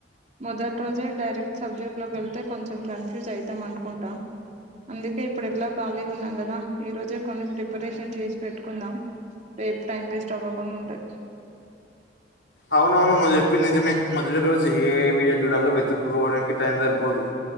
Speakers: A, on the right (about 40°); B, on the left (about 85°).
A: మొదటి రోజే డైరెక్ట్ సబ్జెక్ట్ లోకి వెళ్తే కొంచెం కన్ఫ్యూజ్ అవుతాం అనుకుంటా అందుకే ఇప్పుడు ఎట్లా ఖాళీగా ఉన్నాం కదా ఈ రోజే కొన్ని ప్రిపరేషన్ చేసి పెట్టుకుందాం రేపు టైం వెస్ట్ అవ్వకుండా ఉంటది
B: అవునవును నువ్వు చెప్పి నిజమే మొదటి రోజు ఏ వీడియో చూడాలో వెతుక్కకోవడానికి టైం సరిపోదు